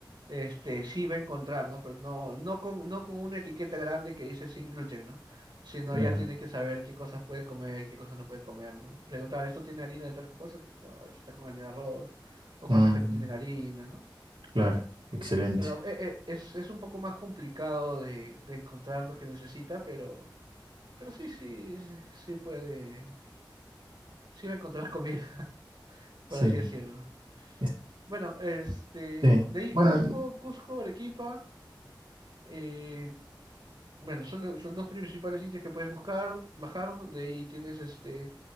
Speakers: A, on the right; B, on the right.
A: este sí va a encontrar, ¿no? Pero no, no con, no con una etiqueta grande que dice sin gluten, ¿no? Sino
B: Claro,
A: ya tiene que saber qué cosas puede comer, qué cosas no puede comer, ¿no? Preguntar, ¿esto tiene harina de tal cosa? Sí, No, esto está con harina de arroz, o cosas
B: Mm,
A: que no tienen harina, ¿no?
B: claro, excelente.
A: Bueno, e- e- es, es un poco más complicado de, de encontrar lo que necesita, pero, pero sí, sí, sí sí puede, sí va a encontrar comida, <laughs> por
B: Sí,
A: así decirlo.
B: es-
A: Bueno, este,
B: sí.
A: de ahí
B: Bueno,
A: Cusco,
B: el-
A: Cusco, Arequipa, eh, bueno, son los, son los principales sitios que puedes buscar, bajar, de ahí tienes este,